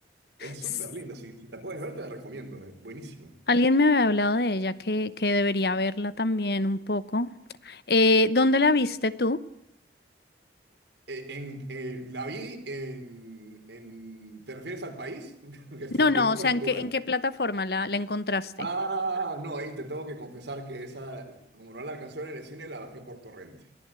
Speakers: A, on the right; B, on the left.
A: Es súper
B: S-
A: linda, si, si la puedes ver te la recomiendo, es buenísima.
B: Alguien me había hablado de ella que, que debería verla también un poco. Eh, ¿dónde la viste tú?
A: Eh, en, eh, la vi en, en- ¿Te refieres al país? <laughs> Porque
B: No,
A: la vi
B: no,
A: en
B: o
A: Portugal.
B: sea, ¿en qué, en qué plataforma la, la encontraste?
A: Ah, no, ahí te tengo que confesar que esa, como no la alcancé a ver en el cine, la bajé por torrente.